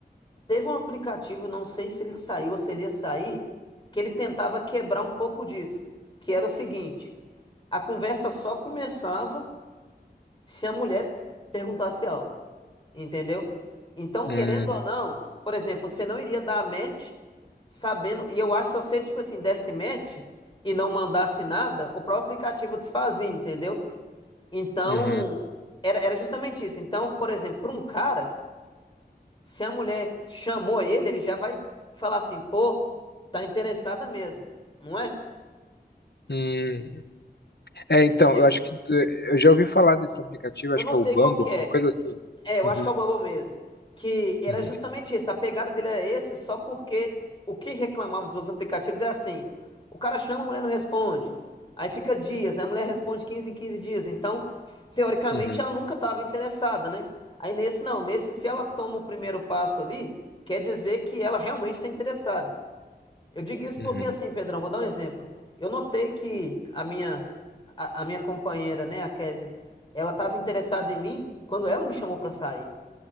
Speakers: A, on the left (about 30°); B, on the left (about 75°).
A: Teve um aplicativo, não sei se ele saiu ou se ele ia sair, que ele tentava quebrar um pouco disso, que era o seguinte, a conversa só começava se a mulher perguntasse algo, entendeu? Então,
B: Hum,
A: querendo ou não, por exemplo, você não iria dar match sabendo, e eu acho que se você, tipo assim, desse match e não mandasse nada, o próprio aplicativo desfazia, entendeu? Então,
B: uhum,
A: era, era justamente isso. Então, por exemplo, para um cara, se a mulher chamou ele, ele já vai falar assim, pô, tá interessada mesmo, não é?
B: hum. É,
A: Entendeu?
B: então, eu acho que eh, eu já ouvi falar desse aplicativo,
A: Eu
B: acho
A: não
B: que é
A: sei
B: o Bumble,
A: qual que
B: uma
A: é.
B: coisa assim.
A: É, eu
B: Uhum,
A: acho que é o Bubble mesmo. Que era
B: uhum,
A: justamente isso. A pegada dele era esse, só porque o que reclamavam dos outros aplicativos é assim: o cara chama, a mulher não responde. Aí fica dias, aí a mulher responde 15 em 15 dias. Então, teoricamente,
B: uhum,
A: ela nunca estava interessada, né? Aí nesse não, nesse se ela toma o primeiro passo ali, quer dizer que ela realmente está interessada. Eu digo isso
B: uhum,
A: porque assim, Pedrão, vou dar um exemplo. Eu notei que a minha a, a minha companheira, né, a Kézia, ela estava interessada em mim quando ela me chamou para sair.